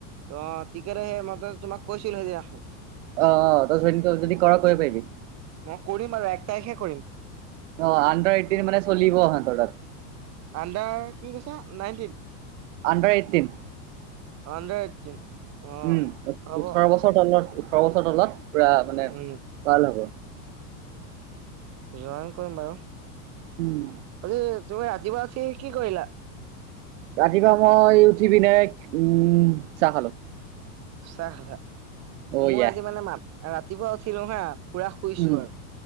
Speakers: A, on the right; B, on the right.
A: অঁ ক্ৰিকেট সেই মই তোমাক কৈছিলো সেইদিনাখন।
B: অ', অ', ত যদি কৰা কৰিব পাৰিবি',
A: মই কৰিম আৰু এক তাৰিখে কৰিম
B: অ', আণ্ডাৰ এইটিন মানে চলিব সিহঁতৰ তাত',
A: আণ্ডাৰ কি কৈছোঁ nineteen?
B: Under eighteen',
A: under eighteen', অ
B: উম', ওঠ,
A: হ'ব
B: ওঠৰ বছৰ তলত ওঠৰ বছৰ তলত পুৰা মানে
A: উম,
B: ভাল হ'ব',
A: জইন কৰিম বাৰু',
B: উম
A: অই', তুমি আদিবাসী উঠি কি কৰিলা?
B: ৰাতিপুৱা মই উঠি পিনে উম', চাহ খালোঁ',
A: চাহ খালা,
B: অ
A: মোৰ
B: ইয়া
A: আজি মানে মা ৰাতিপুৱা উঠিলো হা পুৰা শুইছো
B: উম
A: আৰু',